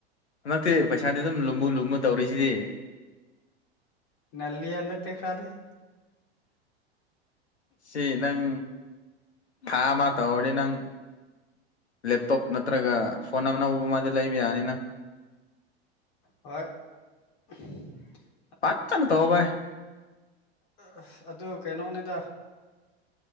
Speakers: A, on the left; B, on the left.
A: ꯍꯟꯗꯛꯇꯤ ꯄꯩꯁꯥꯗꯤ ꯑꯗꯨꯝ ꯂꯨꯝꯕꯨꯨ ꯂꯨꯝꯃꯨ ꯇꯧꯔꯤꯁꯤꯗꯤ
B: ꯅꯜꯂꯤꯌꯦ ꯍꯟꯗꯛꯇꯤ ꯈꯔꯗꯤ
A: ꯁꯤ ꯅꯪ ꯊꯥ ꯑꯃ ꯇꯧꯔꯗꯤ ꯅꯪ ꯂꯦꯞꯇꯣꯞ ꯅꯠꯇ꯭ꯔꯒ ꯐꯣꯟ ꯑꯅꯧꯕ ꯑꯃꯗꯤ ꯂꯩꯕ ꯌꯥꯅꯤꯅ
B: ꯑꯣꯏ <unintelligible>
A: ꯐꯖꯅ ꯇꯧꯑꯣ ꯕꯥꯏ
B: ꯑ ꯑꯁ ꯑꯗꯨ ꯀꯩꯅꯣꯅꯤꯗ